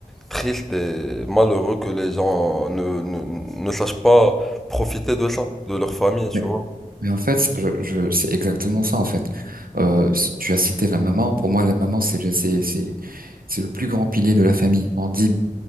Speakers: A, in the centre; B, on the right.
A: triste et malheureux que les gens ne, ne, ne sachent pas profiter de ça, de leur famille, tu
B: Mais,
A: vois.
B: mais en fait, je, je, c'est exactement ça en fait. Euh, c- tu as cité la maman. Pour moi, la maman, c'est, le- c'est, c'est, c'est le plus grand pilier de la famille. On dit